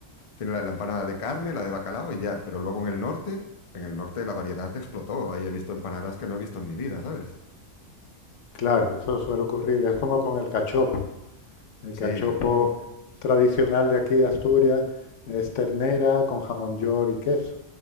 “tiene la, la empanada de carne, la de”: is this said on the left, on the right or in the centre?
Left